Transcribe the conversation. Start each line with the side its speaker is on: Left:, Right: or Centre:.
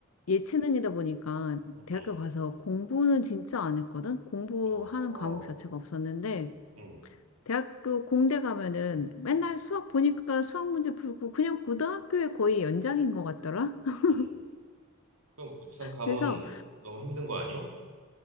Left: 예체능이다 보니까
Right: 음,
Left: 대학교
Right: 음,
Left: 가서 공부는 진짜 안 했거든? 공부하는
Right: 어,
Left: 과목 자체가 없었는데,
Right: 음,
Left: 대학교 공대 가면은 맨날
Right: 음,
Left: 수학 보니까 수학 문제 풀고 그냥 고등학교에 거의 연장인 것 같더라? <laughs>
Right: 음. 그럼 막상 가면
Left: 그래서
Right: 너무 힘든 거 아니야?